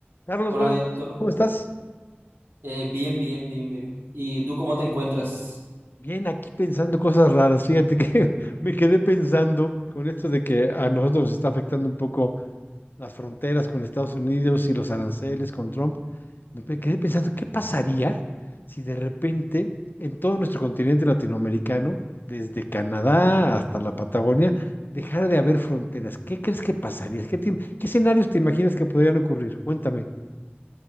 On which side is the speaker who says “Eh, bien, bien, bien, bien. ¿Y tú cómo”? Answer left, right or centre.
Right